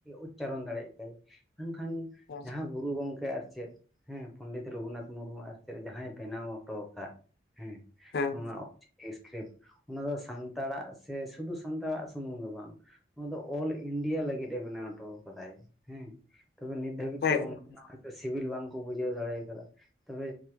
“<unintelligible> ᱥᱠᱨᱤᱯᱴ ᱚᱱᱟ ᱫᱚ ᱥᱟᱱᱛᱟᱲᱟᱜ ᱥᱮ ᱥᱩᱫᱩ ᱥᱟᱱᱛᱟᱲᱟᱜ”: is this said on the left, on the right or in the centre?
Centre